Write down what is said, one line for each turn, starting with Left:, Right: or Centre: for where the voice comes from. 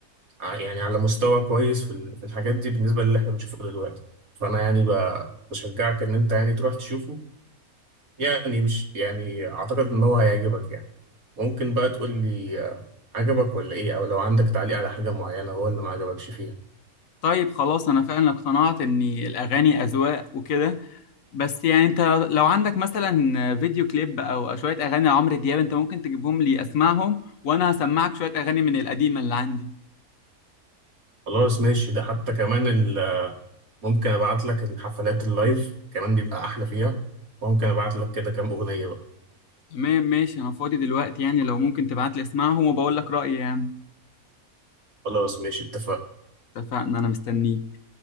Right: ع- يعني على مستوى كويس في ال- في الحاجات دي بالنسبة للي احنا بنشوفه دلوقتي فأنا يعني ب- بشجعك إن أنت يعني تروح تشوفه يعني مش يعني أعتقد إن هو هيعجبك يعني ممكن بقى تقول لي آه، عجبك ولا إيه أو لو عندك تعليق على حاجة معينة هو اللي ما عجبكش فيها
Left: طيب خلاص انا فعلا اقتنعت ان الاغاني اذواق وكده بس يعني انت لو عندك مثلا فيديو كليب او شوية اغاني لعمرو دياب انت ممكن تجيبهم لي اسمعهم وانا هسمعك شوية اغاني من القديمة اللي عندي
Right: خلاص ماشي ده حتى كمان ال- ممكن ابعت لك الحفلات اللايف كمان بيبقى احلى فيها وممكن ابعت لك كده كام اغنية بقى
Left: تمام ماشي انا فاضي دلوقتي يعني لو ممكن تبعت لي اسمعهم وبقول لك رأيي يعني
Right: خلاص ماشي اتفقنا
Left: اتفقنا انا مستنيك